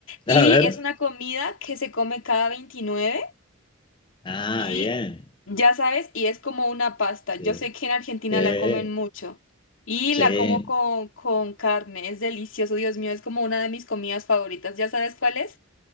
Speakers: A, on the left; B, on the left.
A: <laughs>
B: Y
A: A ver.
B: es una comida que se come cada 29.
A: Ah,
B: Y
A: bien.
B: ya sabes, y es como una pasta.
A: Sí.
B: Yo sé que en Argentina
A: Sí.
B: la comen mucho y
A: Sí.
B: la como con, con carne. Es delicioso, Dios mío, es como una de mis comidas favoritas. ¿Ya sabes cuál es?